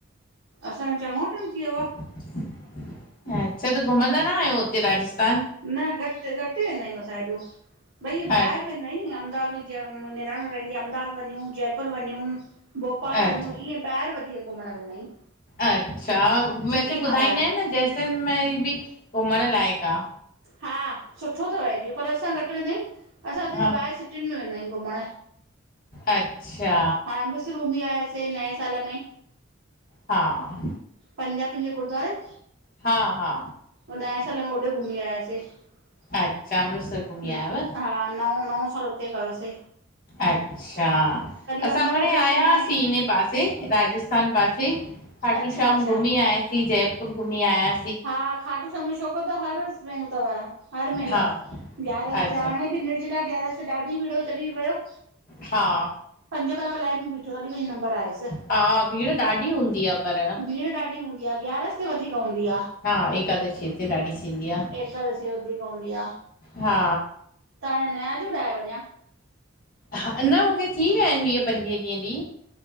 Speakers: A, on the right; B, on the left.
A: असां चंगो टाइम थियो आ।
B: अच्छा, त घुमंदा न आयो हुते राजस्थान?
A: न घट् घट् वेंदा आहियूं असां हेॾो, भई इह
B: अ
A: ॿाहिर। नही, अहमदाबाद में जीय निराणू रहंदीया अहमदाबाद वञू, जयपुर वञू। भोपाल
B: अच्छा
A: वञू ईअं ॿाहिर वधीक घुमण वेंदा आहियूं।
B: अच्छा,
A: सिटी
B: वैसे
A: खां
B: ॿुधाईंदा
A: ॿाहिरि
B: आहिन न जैसलमेर बि घुमण लाइक़ु आ।
A: हा सुठो थव इडियो पर असां घट् वेंदा आहिं। असां वधिक
B: हा
A: ॿाहिर सिटीयूंन में वेंदा आहियूं घुमण
B: अच्छा
A: हा। फिर घुमी आयासे नए साल में।
B: हा।
A: पंजापिंजे गुरुद्वारे।
B: हा हा।
A: उन एसा लगो हूॾे घुमी आयासे। हा,
B: अच्छा अमृतसर घुमी आयव
A: नओ नओ साल हुते कयोसे।
B: हा। अच्छा, असां
A: अहमदाबाद
B: हाणे
A: हली
B: आयासीं
A: वेंदा आहियूं
B: इन पासे राजस्थान पासे। खाटू
A: अच्छा
B: श्याम
A: अच्छा
B: घुमी आयासीं, जयपुर घुमी आया।
A: हा! खाटू श्याम मुहिंजी छोकरो त हर वेंदो थव हर महीने
B: हा
A: ग्यारह
B: अच्छा
A: ते हाणे बि निर्जला ग्यारस ते ॾाढी भीड़ हुई तॾी बि वयो।
B: हा
A: पंज कलाक लाइन में बीठो तॾी वनी नम्बर आयुस
B: हा भीड़ ॾाढी हूंदी आहे पर
A: भीड़ ॾाडी हूंदी आ। ग्यारस ते वधीक हूंदी आ।
B: हा एकादशी ते ॾाढी थींदी आहे
A: एकादशी वधीक हूंदी आ।
B: हा
A: तां हाणे नया जुड़ा आयो अञा?
B: हा न मूंखे थी विया आहिन वीह पंजवीह ॾींहं दी